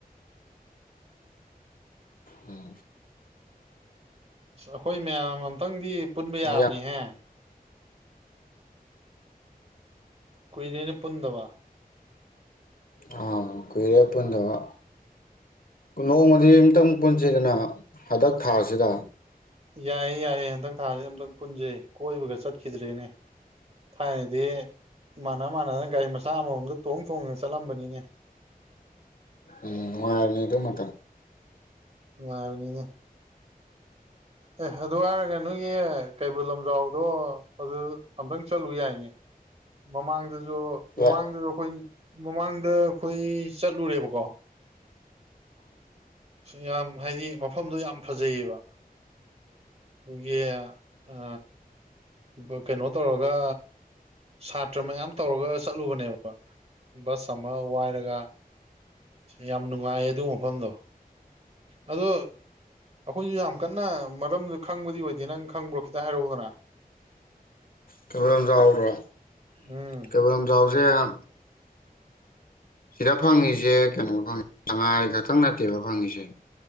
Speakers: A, on the left; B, on the right.
A: ꯎꯝ
B: ꯑ ꯑꯩꯈꯣꯏ ꯃꯌꯥꯝ ꯑꯝꯇꯪꯗꯤ ꯄꯨꯟꯕ ꯌꯥꯕꯅꯤꯍꯦ
A: ꯌꯥꯝ
B: ꯀꯣꯏꯅꯦꯅꯦ ꯈꯨꯟꯗꯋꯥ
A: ꯑꯥ ꯀꯨꯏꯔꯦ ꯄꯨꯟꯗꯕ ꯅꯣꯡꯃꯗꯤ ꯑꯝꯇꯪ ꯄꯨꯟꯁꯤꯗꯅ ꯍꯟꯗꯛ ꯊꯥꯁꯤꯗ
B: ꯌꯥꯏꯌꯦꯦ ꯌꯥꯏꯌꯦꯦ ꯍꯟꯇꯛ ꯊꯥꯁꯤ ꯑꯝꯇꯪ ꯄꯨꯟꯁꯤꯩ ꯀꯣꯏꯕꯒ ꯆꯠꯈꯤꯗ꯭ꯔꯦꯅꯦ ꯊꯥꯏꯅꯗꯤ ꯏꯥꯟꯅ ꯃꯥꯟꯅꯅ ꯒꯥꯔꯤ ꯃꯆꯥ ꯃꯁꯥ ꯑꯃꯃꯝꯗ ꯇꯣꯡ ꯇꯣꯡꯗꯅ ꯆꯠꯂꯝꯕꯅꯤꯅꯦ
A: ꯎꯝ ꯋꯥꯥꯏ ꯅꯗ ꯃ
B: ꯉꯅꯤ ꯑꯦ ꯑꯗꯨ ꯍꯥꯏꯔꯒ ꯅꯣꯏꯒꯤ ꯀꯩꯕꯨꯜ ꯂꯝꯖꯥꯎꯗꯣ ꯑꯗꯨ ꯑꯝꯛꯇꯪ ꯆꯠꯂꯨ ꯌꯥꯏꯅꯦ ꯃꯃꯥꯡꯗ ꯑꯣ ꯃꯃꯥꯡꯗꯁꯨ
A: ꯑꯥ
B: ꯑꯩꯈꯣꯏ ꯃꯃꯥꯡꯗ ꯑꯩꯈꯣꯏ ꯆꯠꯂꯨꯔꯦꯕꯀꯣ ꯌꯥꯝ ꯍꯥꯏꯗꯤ ꯃꯐꯝꯗꯣ ꯌꯥꯝ ꯐꯖꯩꯌꯦꯕ ꯍꯧꯒ ꯑ ꯑ ꯀꯩꯅꯣ ꯇꯧꯔꯒ ꯁꯥꯇ꯭ꯔ ꯃꯌꯥꯝ ꯇꯧꯔꯒ ꯆꯠꯂꯨꯕꯅꯦꯕ ꯕꯁ ꯑꯃ ꯋꯥꯏꯔꯒ ꯌꯥꯝ ꯅꯨꯡꯉꯥꯏ ꯑꯗꯨ ꯃꯐꯝꯗꯣ ꯑꯗꯣ ꯑꯩꯈꯣꯏꯁꯨ ꯌꯥꯝ ꯀꯟꯅ ꯃꯔꯝꯗꯨ ꯈꯪꯕꯗꯤ ꯑꯣꯏꯗꯦ ꯅꯪ ꯈꯪꯕ꯭ꯔꯣ ꯈꯤꯇꯪ ꯍꯥꯏꯔꯎꯗꯅ
A: ꯀꯕꯨ ꯂꯝ ꯌꯥꯥꯎꯔꯣ
B: ꯎꯝ
A: ꯀꯩꯕꯨ ꯂꯝ ꯑꯗꯨ ꯁꯤꯗ ꯐꯪꯉꯁꯦ ꯀꯩꯅꯣ ꯐꯪꯉꯦ ꯁꯉꯥꯏ ꯈꯛꯇꯪ ꯅꯠꯇꯦꯕ ꯐꯪꯉꯤꯁꯦ